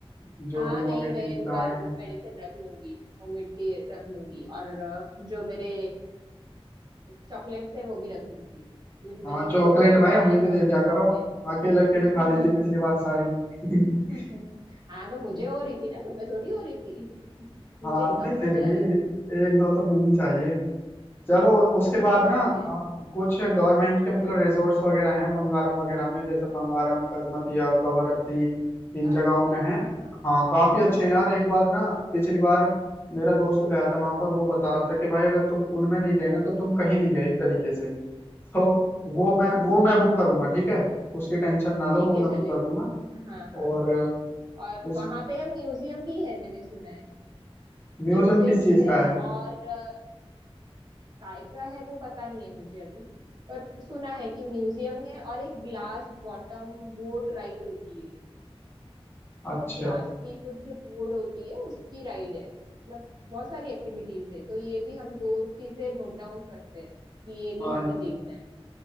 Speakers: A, on the left (about 20°); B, on the right (about 45°).
A: जो
B: हाँ
A: भी वॉमिटिंग
B: नहीं मैं
A: की
B: इस
A: दवाएं
B: बार वो
A: हैं
B: मेडिसिन रख लूंगी वो मिट्टी रख लूंगी और अ, जो मेरे चॉकलेट्स है वो भी रख लूंगी यूजुअली
A: हाँ
B: वो
A: चॉकलेट भाई हमें
B: ऑरेंज
A: भी
B: चॉकलेट्स
A: दे दिया करो
B: होते
A: अकेले अकेले
B: हैं
A: खा ली थी पिछली
B: <laughs>
A: बार सारी <laughs>
B: <laughs> हाँ तो मुझे हो रही थी ना तुम्हें थोड़ी हो रही थी मुझे
A: हाँ
B: ही कम
A: नहीं फिर
B: पड़ जा
A: भी
B: रही थी
A: एक दो तो मिलनी चाहिए चलो
B: हाँ
A: उसके बाद ना
B: ठीक
A: अ,
B: है
A: कुछ गवर्नमेंट के मतलब रिजॉर्ट्स वगैरह हैं बंगारम वगैरह में जैसे बंगारम कदमतिया कवरत्ती इन
B: अच्छा
A: जगहों में हैं
B: हाँ हाँ
A: हाँ काफी अच्छे हैं
B: ओके
A: यार एक बार ना पिछली बार मेरा दोस्त गया था वहां पर वो बता रहा था कि भाई अगर तुम उनमें नहीं गए ना तो तुम कहीं नहीं गए एक तरीके से तो वो
B: ओके
A: मैं वो मैं बुक करूंगा ठीक है उसकी टेंशन ना लो
B: ठीक
A: वो
B: है
A: मैं
B: चलेगा
A: बुक कर दूंगा
B: हाँ हाँ
A: और
B: और
A: उस
B: वहां पे म्यूजियम भी है मैंने सुना है
A: म्यूजियम
B: म्यूजियम
A: किस चीज
B: है
A: का है
B: और अ, काय का है वो पता नहीं है मुझे अभी पर सुना है कि म्यूजियम है और एक ग्लास बॉटम बोट राइड होती है
A: अच्छा
B: ग्लास की कुछ बोर्ड होती है उसकी राइड है मतलब बहुत सारी एक्टिविटीज है तो ये भी हम दो चीजें नोट डाउन करते हैं कि ये भी
A: हाँ
B: हमें देखना है